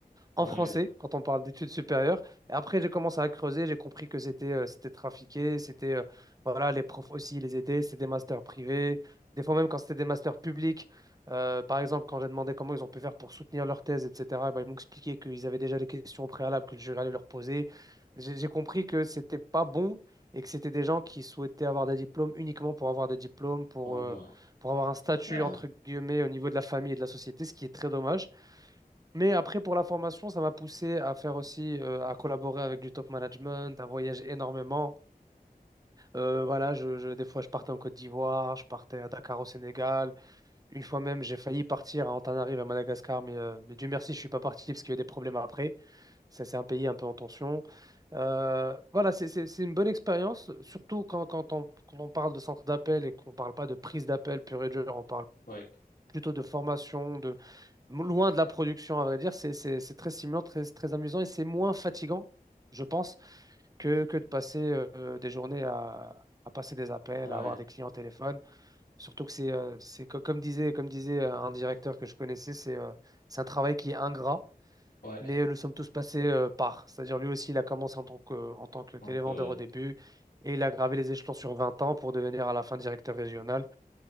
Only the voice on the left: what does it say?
Ouais,
on
va voir.
<coughs>
<clears throat> Ouais,
ouais,
ouais.
Donc,
euh,